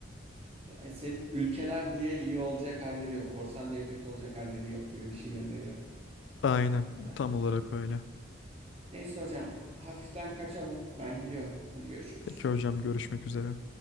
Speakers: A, on the right; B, on the left.
A: e, sen ülkeler diye iyi olacak halleri yok. Korsan diye kötü olacak halleri yok gibi bir şey gönderiyor.
B: Aynen.
A: Hala.
B: Tam olarak öyle.
A: Neyse hocam hafiften kaçalım. Ben gidiyorum. Hadi görüşürüz.
B: Peki hocam görüşmek üzere.